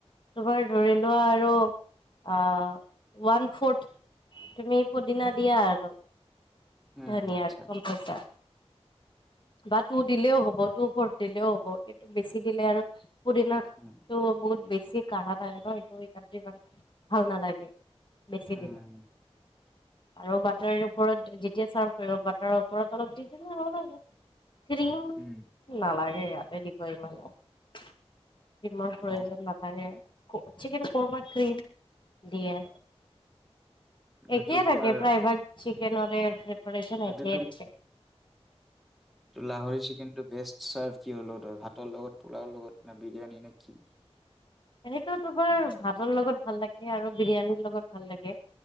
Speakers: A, on the left; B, in the centre.
A: তোবাৰ ধৰি লোৱা আৰু অ ওৱান ফৰ্থ তুমি পুদিনা দিয়া আৰু।
B: উম
A: ধুনীয়াৰ
B: আচ্ছা আচ্ছা
A: কম্পচাৰ বা টু দিলেও হ'ব, টু ফৰ্থ দিলেও হ'ব, কিন্তু বেছি দিলে আৰু পুদিনা
B: উম।
A: টো বহুত বেছি কাঢ়া লাগে ন সেইটো <unintelligible> ইমান ভাল নালাগে বেছি
B: উম
A: দিলে। আৰু বাটাৰৰ ওপৰত যেতিয়া চাৰ্ভ কৰিবা বাটাৰৰ ওপৰত অলপ দি দিব লাগে। ক্ৰীম
B: উম
A: নালাগে ইয়াতে দিব ইমান, ক্ৰীমৰ
B: অ
A: প্ৰয়োজন না নালাগে, চিকেন কৰমা ক্ৰিম দিয়ে। একেই
B: এইটো তোমাৰ
A: থাকে, প্ৰায়ভাগ চিকেনৰে প্ৰিপেৰেচন একেই
B: এইটো
A: থাকে।
B: ত লাহৰি চিকেনটো বেষ্ট চাৰ্ভ কি হ'ল তই ভাতৰ লগত, পোলাওঁ লগত, নে বিৰিয়ানী নে কি
A: এনেতো তোমাৰ ভাতৰ লগত ভাল লাগে আৰু বিৰিয়ানীৰ লগত ভাল লাগে।